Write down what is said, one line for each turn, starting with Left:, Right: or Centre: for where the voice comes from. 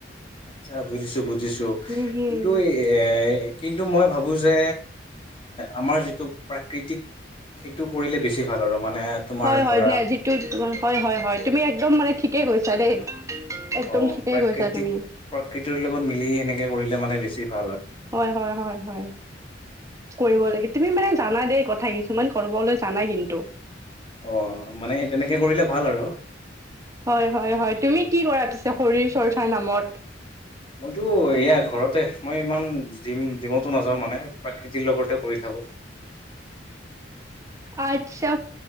Left: আচ্ছা বুজিছো বুজিছো
Right: উম হুম
Left: কিন্তু এই এ কিন্তু মই ভাবোঁ যে আমাৰ যিটো প্ৰাকৃতিক সেইটো কৰিলে বেছি ভাল আৰু মানে তোমাৰ
Right: হয়
Left: ধৰা
Right: হয় দিয় যিটো হয় হয় হয় তুমি একদম মানে ঠিকে কৈছা দেই। <inaudible> একদম
Left: অ
Right: ঠিকেই
Left: প্ৰাকৃতিক
Right: কৈছা তুমি
Left: প্ৰাকৃতিৰ লগত মিলি এনেকে, কৰিলে মানে বেছি ভাল হয়।
Right: হয় হয় হয় হয় কৰিব লাগে তুমি মানে জানা দেই কথা কিছুমান কৰিবলৈ জানা কিন্তু
Left: অ মানে তেনেকে কৰিলে ভাল আৰু <inaudible>
Right: হয় হয় হয় তুমি কি কৰা পিছা শৰীৰ চৰ্চাৰ নামত
Left: মইতো এয়া ঘৰতে মই ইমান জিম জিমতো নাযাও মানে প্ৰাকৃতিৰ লগতে কৰি থাকোঁ।
Right: আচ্ছা